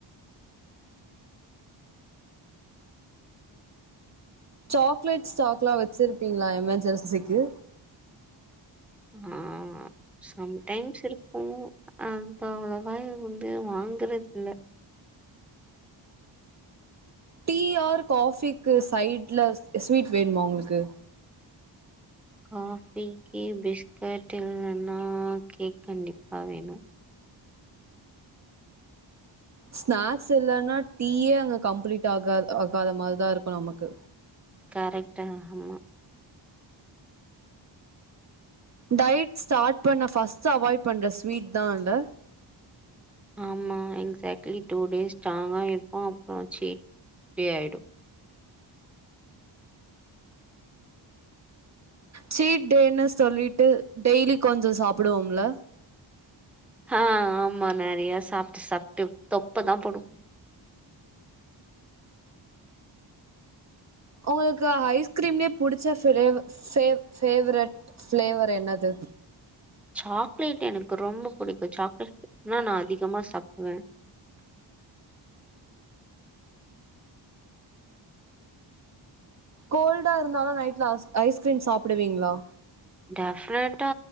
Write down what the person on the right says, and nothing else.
சாக்லேட் ஸ்டாக்லா வச்சிருப்பீங்களா எமெர்ஜென்சிக்கு
டி ஆர் காஃபிக்கு சைட்ல ஸ்வீட் வேணுமா உங்களுக்கு
ஸ்நாக்ஸ் இல்லன்னா டீயே அங்க கம்ப்ளீட் ஆகா ஆகாத மாரிதா இருக்கு நமக்கு
டயட் ஸ்டார்ட் பண்ண ஃபர்ஸ்ட் அவாய்ட் பண்ற ஸ்வீட் தான்ல்ல
சீடேன்னு சொல்லிட்டு டெய்லி கொஞ்ச சாப்டுவோம்ல
உங்களுக்கு ஐஸ்கிரீம்லே புடிச்ச ஃபேவ ஃபேஸ் ஃபேவரைட் பிளேவர் என்னது
கோல்டா இருந்தாலு நைட்ல ஐஸ்கிரீம் சாப்டுவீங்களா